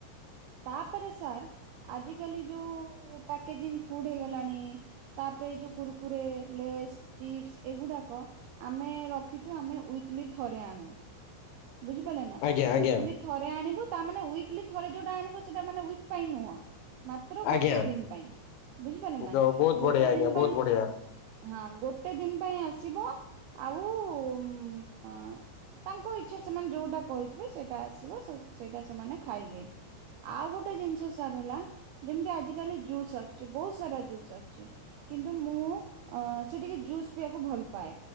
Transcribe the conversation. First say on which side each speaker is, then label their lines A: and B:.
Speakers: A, on the right; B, on the left.
A: ତାପରେ ସାର୍ ଆଜିକାଲି ଯୋଉ ପ୍ୟାକେଜିଂ ଫୁଡ୍ ହେଇଗଲାଣି ତାପରେ ଯଉ କୁର୍ କୁରେ ଲେଶ୍ ଚିପ୍ସ ଏଗୁଡା ଆମେ ରଖିଛୁ ଆମେ ୱିକଲି ଥରେ ଆଣୁ ବୁଝିପାରିଲେ ନା
B: ଆଜ୍ଞା ଆଜ୍ଞା
A: ୱିକଲି ଥରେ ଆଣିବୁ ତା ମାନେ ୱିକଲି ଥରେ ଯୋଉଟା ଆଣିବ ସେଇଟା ମାନେ ୱିକ୍ ପାଇଁ ନୁହଁ ମାତ୍ର ଗୋଟେ
B: ଆଜ୍ଞା।
A: ଦିନ ପାଇଁ ବୁଝିପାରିଲେ
B: ଯ
A: ନା
B: ବହୁତ ବଢିଆ
A: ଗୋଟେ
B: ଆଜ୍ଞା
A: ଦିନ
B: ବହୁତ
A: ପାଇଁ
B: ବଢିଆ।
A: ହଁ ଗୋଟେ ଦିନ ପାଇଁ ଆସିବ ଆଉ ଉଁ ଆଁ ତାଙ୍କ ଇଚ୍ଛା ସେମାନେ ଯୋଉଟା କହିଥିବେ ସେଇଟା ଆସିବ ସେଇଟା ସେମାନେ ଖାଇବେ। ଆଉ ଗୋଟେ ଜିନିଷ ସାର୍ ହେଲା ଯେମିତି ଆଜି କାଲି ଜୁସ୍ ଆସୁଛି ବହୁତ ସାରା ଜୁସ ଆସୁଛି କିନ୍ତୁ ମୁଁ ଅଁ ସେ ଟିକେ ଜୁସ୍ ପିଆକୁ ଭଲ ପାଏ